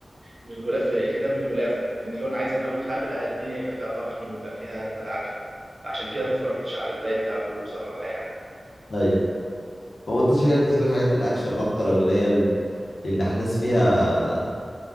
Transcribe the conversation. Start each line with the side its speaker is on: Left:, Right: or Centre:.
Right: من الغلاف الكتاب من غلافه فاهمني اللي هو انا عايز من اول حلقه الدنيا يبقى فيها طحن ويبقى فيها مدعكه عشان كده ما اتفرجتش على الباقي بتاعه كله بصراحه يعني
Left: ايوه هو انت شكلك بتحب الحاجات الاكشن اكتر او اللي هي ال... الاحداث فيها